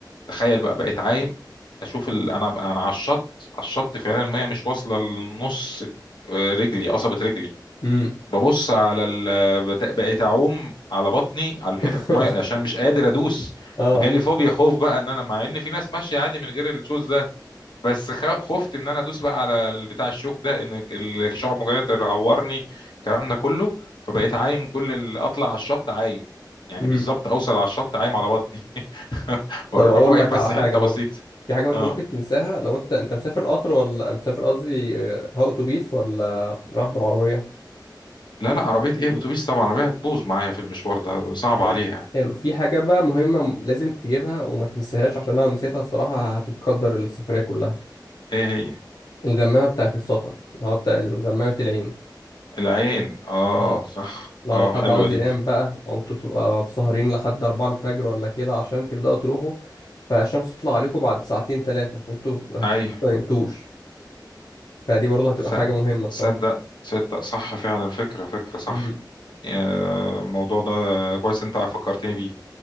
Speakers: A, on the left; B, on the left.
A: تخيل بقى بقيت عايم اشوف ال... انا انا على الشط على الشط فعلا الميه مش واصله لنص آه، رجلي قصبه رجلي
B: امم
A: ببص على ال... بت- بقيت اعوم على بطني على حته
B: <laughs>
A: ميه عشان مش قادر ادوس
B: أه
A: جالي فوبيا خوف بقى ان انا مع ان في ناس ماشيه عادي من غير الشوز ده بس خ... خفت ان انا ادوس بقى على بتاع الشوك ده ان الشعب المرجانيه تعورني الكلام ده كله فبقيت عايم كل ال... اطلع على الشط عايم يعني
B: امم
A: بالظبط اوصل على الشط عايم على بطني <laughs> واروح
B: طب اقول
A: واقف
B: لك على
A: بس
B: حاجه
A: حته
B: برضه
A: بسيطه
B: في حاجه ما انت
A: اه
B: ممكن تنساها لو انت انت مسافر قطر ولا مسافر قصدي آه، هو اتوبيس ولا رايح بالعربيه
A: لا لا عربيه ايه الاتوبيس طبعا العربيه هتبوظ معايا في المشوار ده صعب
B: طبعا
A: عليها
B: حلو في حاجه بقى مهمه م- لازم تجيبها وما تنساهاش عشان لو نسيتها الصراحه هتتقدر السفريه كلها
A: ايه هي
B: الغمامه بتاعه السفر اللي هو بتاع اللي بتغمامه العين
A: العين اه
B: اه
A: صح
B: لو
A: اه
B: لو حد
A: حلوه
B: عاوز
A: دي
B: ينام بقى او انتوا تبقى سهرين لحد 4 الفجر ولا كده عشان تبداوا تروحوا فالشمس تطلع عليكم بعد ساعتين ثلاثه فانتوا هتبقوا
A: ايوه
B: ما نمتوش فدي برضه هتبقى
A: صد-
B: حاجه مهمه الصراحه
A: تصدق تصدق صح فعلا فكره فكره صح
B: مم.
A: آه، الموضوع ده كويس انت فكرتني بيه